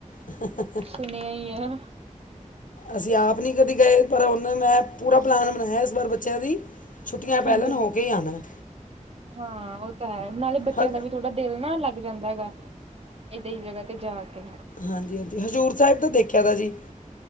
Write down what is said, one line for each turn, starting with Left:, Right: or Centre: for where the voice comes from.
Left: <inaudible>
Right: ਸੁਨੇਆ ਈ ਆ।
Left: ਅਸੀਂ ਆਪ ਨੀ ਕਦੀ ਗਏ ਪਰ ਓਨਾਂ ਨੇ ਪੂਰਾ ਪਲੈਨ ਬਨਾਏਆ ਇਸ ਵਾਰ ਬੱਚੇਆਂ ਦੀ ਛੁੱਟੀਆਂ ਪੈ
Right: ਹਾਂਜੀ-ਹਾਂਜੀ,
Left: ਲੈਣ ਹੋ ਕੇ ਹੀ ਆਉਣਾ
Right: ਹਾਂ ਓ ਤਾਂ ਹੈ ਨਾਲ਼ੇ ਬੱਚੇਆਂ
Left: ਹ
Right: ਦਾ ਵੀ ਥੋ ਥੋੜਾ ਦਿਲ ਨਾ ਲੱਗ ਜਾਂਦਾ ਗਾ, ਏਦਾਂ ਦੀ ਜਗਾ ਤੇ ਜਾ ਕੇ।
Left: ਹਾਂਜੀ-ਹਾਂਜੀ ਹਜ਼ੂਰ ਸੈਬ ਦਾ ਦੇਖੇਆ ਦਾ ਜੀ।